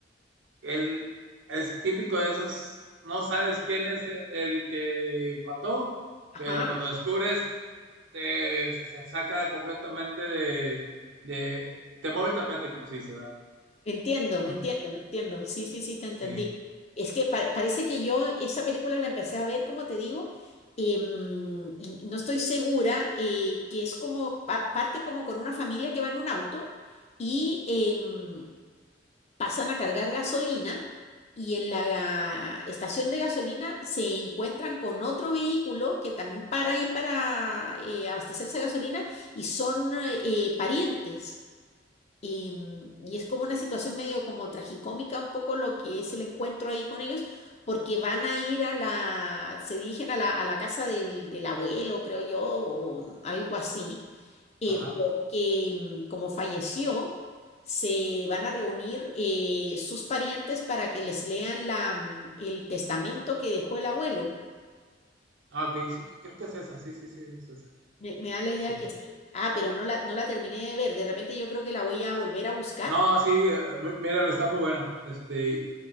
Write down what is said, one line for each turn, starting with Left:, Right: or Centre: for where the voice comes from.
Right: él es típico de esas, no sabes quién es el que mató,
Left: ajá.
Right: pero cuando descubres, te se- se saca completamente de, de- te mueve el tapete, como se dice, ¿verdad?
Left: Entiendo, entiendo,
Right: Ah,
Left: entiendo. Sí, sí, sí, te entendí.
Right: Sí,
Left: Es que pa- parece que yo esa película la empecé a ver, como te digo, eh, mm, y no estoy segura, eh, que es como pa- parte como con una familia que va en un auto y eh, mm, pasan a cargar gasolina y en la estación de gasolina se encuentran con otro vehículo que también para ahí para eh, abastecerse de gasolina y son eh, parientes. Y, mm, y es como una situación medio como tragicómica un poco lo que es el encuentro ahí con ellos, porque van a ir a la, se dirigen a la, a la casa del, del abuelo, creo yo, o algo así, eh,
Right: ajá.
Left: porque mm, como falleció, se van a reunir eh, sus parientes para que les lean la, mm, el testamento que dejó el abuelo.
Right: Ah, ok, sí, creo que es esa, sí, sí, sí, es esa.
Left: Me, me da la idea
Right: Sí.
Left: que sí. Ah, pero no la, no la terminé de ver. De repente yo creo que la voy a volver a buscar.
Right: No, sí, eh, m- míralo, está muy buena. Este,